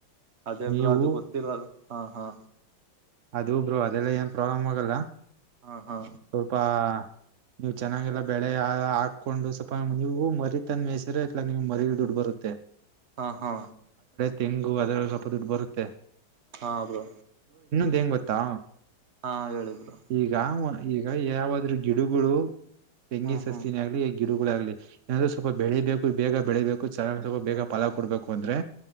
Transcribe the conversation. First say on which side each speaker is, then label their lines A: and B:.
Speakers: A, on the right; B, on the right.
A: ಅದೇಬ್ರು
B: ನೀವು
A: ಅದು ಗೊತ್ತಿಲ್ಲಲ್ಲ ಹಾ ಹಾ
B: ಅದು ಬ್ರು ಅದೆಲ್ಲ ಏನ್ ಪ್ರಾಬ್ಲಮ್ ಆಗಲ್ಲ
A: ಹಾ ಹಾ
B: ಸ್ವಲ್ಪ ನೀವು್ ಚೆನ್ನಾಗೆಲ್ಲ ಬೆಳೆ ಹಾಕೊಂಡು ಸ್ವಲ್ಪ ನೀವು ಮರಿತಂದ ಮೇಸಿರ ಇತಲ ನೀವ್ ಮರಿ ದುಡ್ ಬರ್ ತ್ತ <unintelligible>
A: ಹಾ ಹಾ
B: ತೆಂಗು ಅದೆರಲ್ಲ ಸ್ವಲ್ಪ ದುಡ್ಡು ಬರುತ್ತೆ
A: ಹಾ ಬ್ರೊ
B: ಮಾತೇನು ಗೊತ್ತಾ
A: ಹಾ ಹೇಳು ಬ್ರೊ
B: ಈಗ ಈಗ ಯಾವಾದ್ರು ಗಿಡಗಳು ತೆಂಗಿನ
A: ಹ್ಮ್
B: ಸಸಿನೆ
A: ಹ್ಮ್
B: ಆಗ್ಲಿ ಗಿಡಗಳಾಗಗ್ಲಿ ಏನಂದ್ರೆ ಸ್ವಲ್ಪ ಬೆಳಿಬೇಕು ಬೇಗ ಬೆಳಿಬೇಕು ಚೆನ್ನಾಗಿ ಸ್ವಲ್ಪ ಬೇಗ ಫಲ ಕೊಡ್ಬೇಕು ಅಂದ್ರೆ